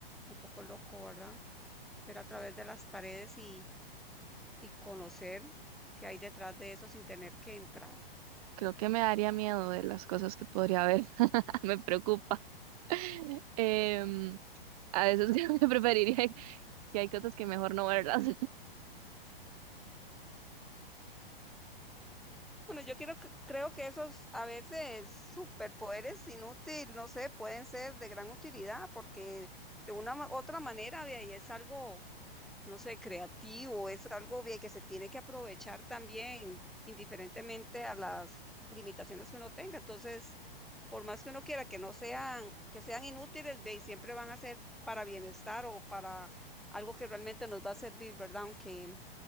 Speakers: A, in the centre; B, on the right (about 40°).
A: un poco loco, ¿verdad? Ver a través de las paredes y, y conocer qué hay detrás de eso sin tener que entrar.
B: Creo que me daría miedo de las cosas que podría haber. <laughs> Me preocupa. <laughs> Em, a veces <laughs> creo que preferiría que hay cosas que mejor no verlas.
A: Bueno, yo quiero, cre- creo que esos a veces superpoderes inútiles, no sé, pueden ser de gran utilidad porque de una ma- otra manera, vea, y es algo, no sé, creativo, es algo vea, que se tiene que aprovechar también, indiferentemente a las limitaciones que uno tenga. Entonces, por más que uno quiera que no sean, que sean inútiles, vea, y siempre van a ser para bienestar o para algo que realmente nos va a servir, ¿verdad? Aunque